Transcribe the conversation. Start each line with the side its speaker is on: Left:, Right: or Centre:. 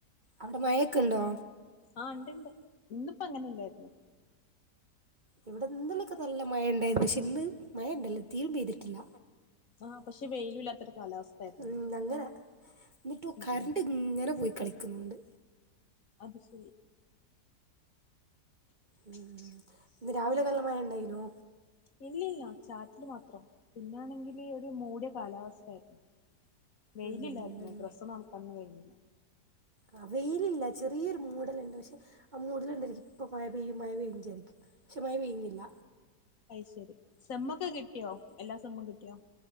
Right: അവിടെ മഴയൊക്കെ ഉണ്ടോ
Left: ആഹ് ഉണ്ട് ഇണ്ട് ഇന്നിപ്പോ അങ്ങനെ ഇല്ലായിരുന്നു
Right: ഇവിടെന്നലൊക്കെ നല്ല മഴ ഇണ്ടായത് പക്ഷെ ഇന്ന് മഴ ഉണ്ടല്ലോ തീരും പെയ്തിട്ടില്ല
Left: ആഹ് പക്ഷെ വെയിലും ഇല്ലാത്തരു കാലാവസ്ഥ ആയിരുന്നു
Right: ഉം
Left: ന്ന്
Right: അങ്ങനെ എന്നിട്ട് കറണ്ട്
Left: ഉം
Right: ഇങ്ങനെ പോയി കളിക്കുന്നുണ്ട്
Left: അത് ശരി
Right: ഇന്ന് രാവിലെ നല്ല മഴ ഉണ്ടായിനോ
Left: ഇല്ലല്ല ചാറ്റിൽ മാത്രം പിന്നാണെങ്കിൽ ഒരു മൂടിയ കാലാവസ്ഥ ആയിരുന്നു വെയിലില്ലായിരുന്നു
Right: ഉം
Left: ഡ്രസ്സ് ഒൺക്കാന് കഴിഞ്ഞില്ല
Right: ആ വെയിലില്ല ചെറിയൊരു മൂടലുണ്ട് പക്ഷെ ആ മൂടിലുണ്ടായിരിക്കും ഇപ്പ മ പെയ്യുമായ പെയഞ്ചായിരിക്കും പക്ഷെ മ പെയഞ്ഞില്ല
Left: അയ്ശരി സെമ്മൊക്കെ കിട്ടിയോ എല്ലാ സെമ്മ കിട്ടിയോ